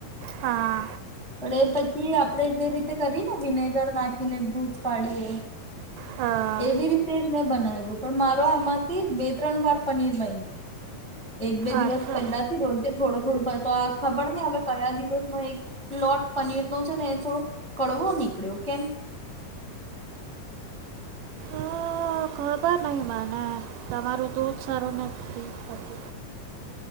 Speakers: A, on the right; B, in the centre.
A: હા
B: પણ એ થકી આપણેે જેવી કરીને વિનેગર નાખીને દૂધ ફાડીએ.
A: હા
B: એવી રીતે જ મેં બનાવ્યું પણ મારો આમાંથી બે ત્રણ વાર પનીર બનું. એક બે દિવસ
A: અચ્છા
B: પહેલાથી રોજે થોડો થોડુંક પણ તો આ ખબર નહીં હવે કયા દિવસનો એક લોટ પનીર નો છે ને એ થોડોક કડવો નીકળ્યો કેમ?
A: અ, ખબર નહીં મને તમારું દૂધ સારું નહીં. <unintelligible>